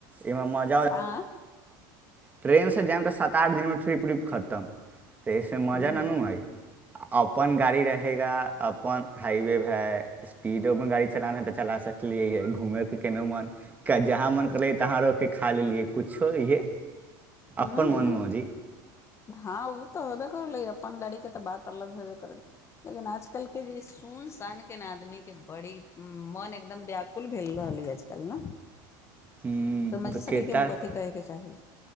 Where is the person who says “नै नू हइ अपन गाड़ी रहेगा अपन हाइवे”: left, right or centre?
Right